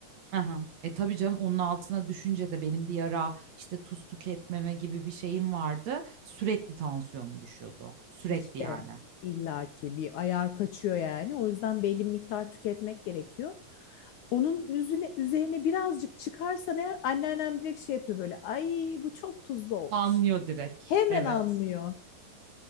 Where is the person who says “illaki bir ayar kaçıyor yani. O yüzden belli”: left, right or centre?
Left